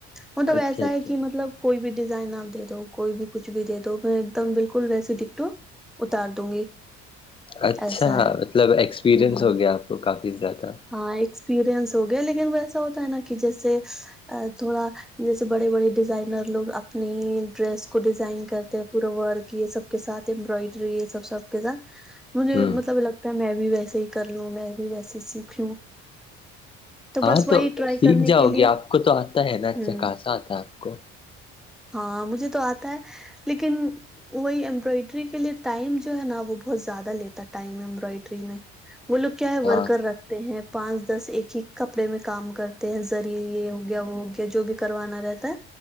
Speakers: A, in the centre; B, on the left.
A: مطلب
B: اچھا
A: ایسا
B: اچھا
A: ہے کہ مطلب کوئی بھی ڈیزائن آپ دے دو کوئی بھی کچھ بھی دے دو میں ایک دم بالکل ویسی ڈٹکٹو اتار دوں گی
B: اچھا
A: ایسا ہے
B: مطلب ایکسپیریئنس
A: ہوں
B: ہو گیا آپ کو کافی زیادہ
A: ہاں ایکسپیرئنس ہو گیا لیکن وہ ایسا ہوتا ہے نا کہ جیسے تھوڑا جیسے بڑے بڑے ڈیزائنر لوگ اپنے ہی ڈریس کو ڈیزائن کرتے پورا ورک یہ سب کے ساتھ امبرائڈری یہ سب سب تھا مجھے
B: ہوں
A: مطلب لگتا ہے میں بھی ویسے ہی کر لوں میں بھی ویسے ہی سیکھ لوں
B: ہاں
A: بس وہی
B: تو
A: ٹرائی
B: سیکھ
A: کرنے
B: جاؤ
A: کے لیے
B: گی آپ کو تو آتا ہے نا اچھا
A: ہوں
B: خاسہ آتا ہے آپ کو
A: ہاں مجھے تو آتا ہے لیکن وہی امبرائڈری کے لیے ٹائم جو ہے نا وہ بہت زیادہ لیتا ہے ٹائم امبرائڈری میں وہ لوگ کیا ہے
B: ہاں
A: ورکر رکھ تے ہیں پانچ دس ایک ہی کپڑے میں کام کرتے ہیں زری یہ ہو گیا وہ ہو گیا جو بھی کروانا رہ تا